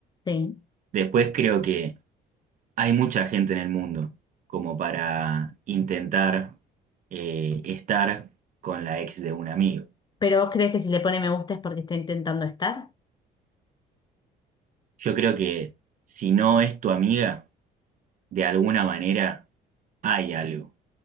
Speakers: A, on the left; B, on the right.
A: Sí.
B: Después creo que Hay mucha gente en el mundo como para intentar eh, estar con la ex de un amigo.
A: ¿Pero vos crees que si le pone me gusta es porque está intentando estar?
B: Yo creo que si no es tu amiga, de alguna manera hay algo